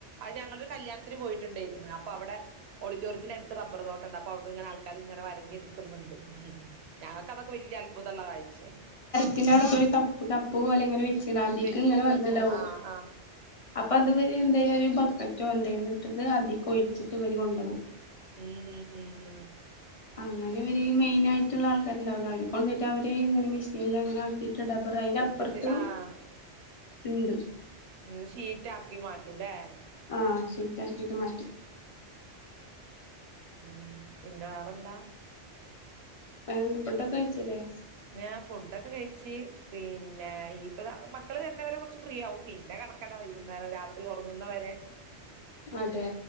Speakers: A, on the right; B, on the left.
A: അത് ഞങ്ങളൊരു കല്യാണത്തിന് പോയിട്ടുണ്ടായിരുന്ന് അപ്പൊ അവടെ ഓഡിറ്റോറത്തിനടുത് ബ്ബർതോട്ടണ്ട് അപ്പോഅവ്ട്ന്ന്ങ്ങനെ ആൾക്കാര് ഇങ്ങനെ വരഞ്ഞെട്ക്ക്ന്ന്ണ്ട്. ഞങ്ങക്ക് അതൊക്കെ വല്യാ അത്ഭുതള്ള കാഴ്ചാണ്
B: ൻ്റഅവിടകോഒരു കപ്പ് കപ്പ് പോലെങ്ങെ വെച്ചിണ്ടാവും അതീക്ക്
A: വെക്കും
B: ഇങ്ങനെ വന്ന്ണ്ടാവും
A: വെക്കും ആഹ് ആഹ്
B: അപ്പൊഅത് വര് എന്തെയ്യ് ഒരു ബക്കറ്റോ എന്തെലുട്ടിട്ട് അതിക്ക് ഒഴിച്ചിട്ട് ഇവര് കൊണ്ടോവും
A: ഹും ഹും ഹും
B: അങ്ങനെ ഇവര് മെയിനായിട്ട്ള്ള ആൾക്കാരുണ്ടാവും അവര് കൊണ്ടോയിട്ട് അവര് ഇങ്ങനെ മെഷീനിലങ്ങനെ ആക്കിട്ട് ഡബർ അയിന്റെ
A: എടുത്തിട്ട്
B: അപ്പർത്തും
A: ആഹ്
B: ഇണ്ട്.
A: ഇങ്ങള് ഷീറ്റാക്കി മാറ്റുലേ?
B: ആഹാ ഷീറ്റാക്കിട്ട് മാറ്റും.
A: ഉം പിന്നെ വേറെന്താ?
B: വേറെന്ത് ഫുഡൊക്കെ കഴിച്ചിലേ?
A: ഏാ ഫുഡൊക്കെ കഴിച്ച്. പിന്നെ ഇനിപ്പമക്കള് വരുന്നവരെ കുറച്ച് ഫ്രീആവും. പിന്നെ കണക്കന്നെ വൈകുന്നേരം രാത് ത്രി ഉറങ്ങുന്ന വരെ
B: അതെ.